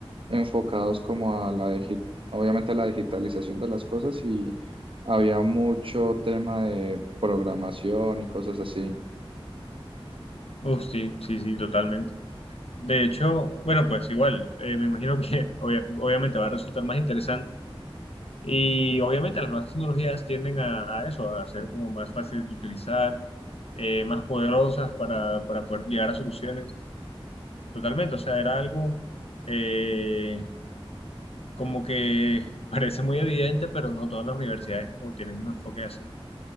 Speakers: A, on the right (about 60°); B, on the left (about 85°).
A: enfocados como a la, digi- obviamente a la digitalización de las cosas y había mucho tema de programación y cosas así.
B: Uf, sí, sí, sí, totalmente. De hecho, bueno, pues igual, eh, me imagino que <laughs> obvia- obviamente va a resultar más interesante Y obviamente las nuevas tecnologías tienden a, a eso, a ser como más fácil de utilizar, eh, más poderosas para, para poder llegar a soluciones. Totalmente, o sea, era algo eh, como que <laughs> parece muy evidente, pero no todas las universidades como tienen un enfoque así.